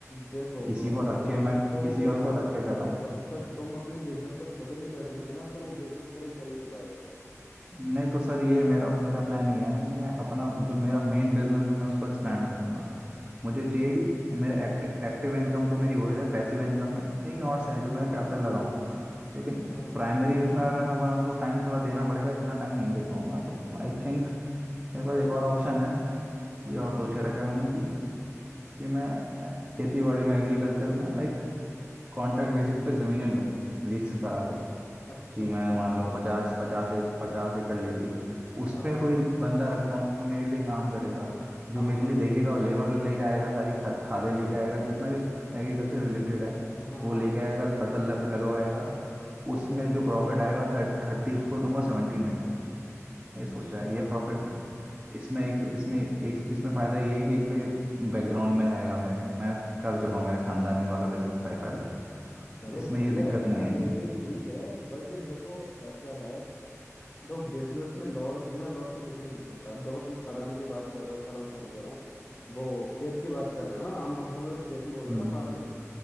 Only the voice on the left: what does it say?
देखो
मैं बताता
हूँ
काम
तो
कर सकता
है
जब तक तुम अपने बिजनेस पे खुद नहीं बैठोगे ना तो वो बिजनेस कभी चल नहीं पाएगा वो
अच्छा
अच्छा
हाँ
हम्म
अच्छा
अच्छा
अच्छा
हाँ
हाँ
हाँ
हाँ
ठीक
है
अच्छा
चलो
बढ़िया
है यार
ये भी ठीक है बट देखो ऐसा है देखो बिजनेस में लॉस बिना लॉस के बिजनेस नहीं चलता अब देखो तुम खदान की बात कर रहे हो खदान सॉरी कह रहा हूँ वो खेत की बात कर रहे हो ना आम भाषा में तो खेती बोल रहे
हो ना फार्मिंग